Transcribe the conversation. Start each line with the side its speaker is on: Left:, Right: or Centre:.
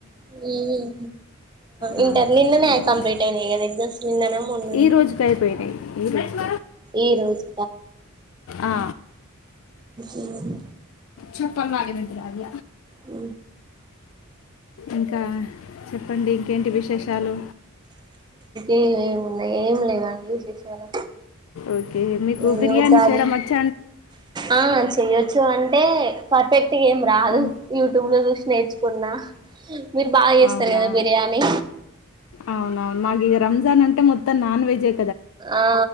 Right: ఉమ్మ్
Left: ఆ,
Right: ఇంటర్ నిన్ననే
Left: ఈ-
Right: కంప్లీట్ అయిన కద ఎగ్జామ్స్ నిన్ననే మొన్న నా
Left: ఈ రోజుకి అయిపోయినాయి ఈ రోజు
Right: ఈ రోజు
Left: ఆ,
Right: <unintelligible>
Left: చెప్పనా మారే మీద్ద రాగ
Right: అ
Left: ఇంకా చెప్పండి ఇంకేంటి విశేషాలు
Right: ఇంకేమున్నాయి ఏం లేవాండి విశేషాలు
Left: ఓకే మీకు
Right: ఏదో
Left: బిర్యానీ
Right: కాది
Left: చేయడం వచ్చ
Right: ఆ చెయొచ్చు అంటే పర్ఫెక్ట్ ఏం రాదు
Left: ఆ,
Right: యూట్యూబ్ లో చూసి నేర్చుకున్న మీరు బాగా చేస్తారు
Left: అవునా
Right: కదా బిర్యానీ
Left: అవునవును మాకు ఇగ రంజాన్ ఉంటే మొత్తం నాన్ వెజ్ ఎ
Right: ఆ